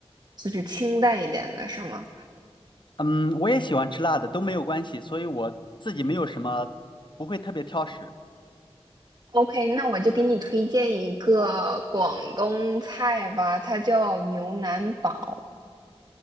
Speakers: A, on the right (about 40°); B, on the left (about 50°).
A: 就是清淡一点的，是吗？
B: 嗯，我也喜欢吃辣的，都没有关系，所以我自己没有什么，不会特别挑食。
A: OK，那我就给你推荐一个广东菜吧，它叫牛腩煲。